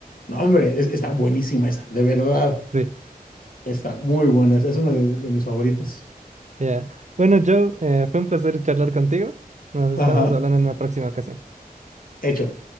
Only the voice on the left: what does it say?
No, hombre, es- está buenísima esa, de verdad.
Está muy buena. Esa Es una de, de mis favoritas.
Ajá.
Hecho.